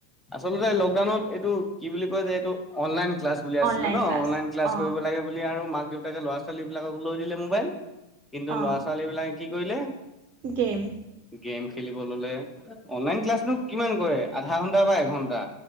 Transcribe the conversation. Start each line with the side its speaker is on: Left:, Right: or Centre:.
Centre: আচলতে লকডাউনত এইটো কি বুলি কয় যে এইটো অনলাইন ক্লাছ বুলি আছিলে
Right: অনলাইন
Centre: ন অনলাইন ক্লাছ
Right: অ',
Centre: কৰিব লাগে বুলি আৰু মাক দেউতাকে ল'ৰা ছোৱালীবলাকক লৈ দিলে মোবাইল। কিন্তু
Right: অ',
Centre: ল'ৰা ছোৱালী বিলাকে কি কৰিলে
Right: গেম
Centre: গেম খেলিব ললে অনলাইন ক্লাছনো কিমান কৰে আধা ঘন্টা বা এঘন্টা।